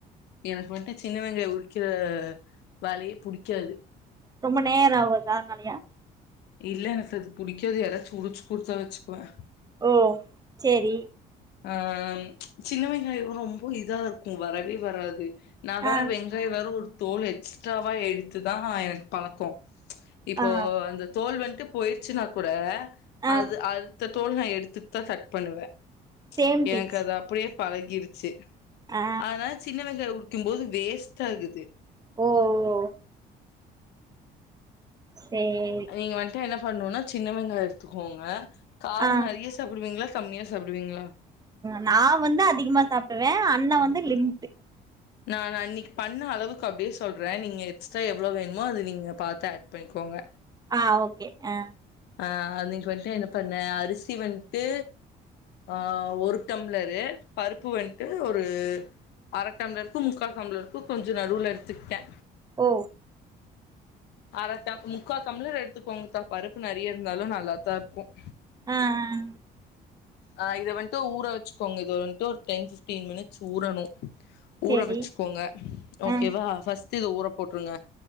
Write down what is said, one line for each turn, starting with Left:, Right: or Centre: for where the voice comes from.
Left: எனக்கு வந்ட்டு சின்ன வெங்காயொ உரிக்கற வேலையே புடிக்காது
Right: ரொம்ப நேரோ ஆகு அது அதுனாலயா
Left: இல்லங்க சிஸ் புடிக்காது யாராச்சு உரிச்சு குடுத்தா வச்சுக்குவே
Right: ஓ சேரி
Left: ஆ அம் சின்ன வெங் காயோ ரொம்ப இதா இருக்கும் வரவே வராது நா வேற
Right: ஆ
Left: வெங்காயொ வேற ஒரு தோல் எக்ஸ்ட்ராவா எடுத்துதா எனக்கு பலக்கோ இப்போ
Right: ஆ
Left: அந்த தோல் வந் ட்டு போயிருச்சுன்னாக் கூட
Right: ஆ
Left: அது அடுத்தத் தோல் நா எடுத்துட் தா தட் பண்ணுவே
Right: சேம் பிச்
Left: எனக்கு அது அப்படியே பளகிடுச்சு
Right: ஆ
Left: அதனால சின்ன வெங்காயோ உரி க்கும்போது வேஸ்ட் ஆகுது
Right: ஓ ஓ சேரி
Left: நீங்க வந்ட்டு என்னப் பண்ணோன்னா சின்ன வெங்காயோ எடுத்துக்கோங்க காரோ
Right: ஆ
Left: நரைய சாப்டுவீங்களா கம்மியா சாப்டுவீங்களா
Right: நா வந்து அதிகமா சாப்டுவே அண்ண வந்து லிமிட்டு
Left: நான் அன்னிக்கு பண்ண அளவுக்கு அப்டே சொல்றே நீங்க எக்ஸ்ட்ரா எவ்ளோ வேணுமோ அது நீங்க பாத்து அட் பண்ணிக்கோங்க
Right: ஆ ஓகே ஆ
Left: ஆ அன்னைக்கு வந்ட்டு என்ன பண்ண அரிசி வந்ட்டு ஆ ஒரு டம்ளரு பருப்பு வந்ட்டு ஒரு அர டம்ளர்க்கு முக்கால் டம்ளருக்கு கொஞ்சொ நடுல எடுத்துக்டே
Right: ஓ
Left: அர டம் முக்கால் டம்பளர் எடுத்துக்கோங்கக்கா பருப்பு நெறைய இருந்தாலு நல்லாத்தா இருக்கும்
Right: ஆ ஆ
Left: ஆ இத வந்ட்டு ஊற வச்சுக்கோங்க இது வந்ட்டு ஒரு டென் பிஃப்டீன் மினிட்ஸ் ஊறணு
Right: சேரி
Left: ஊற வச்சுக்கோங்க ஓகேவா
Right: ஆ
Left: பஃஸ் ட்டு இது ஊற போட்ருங்க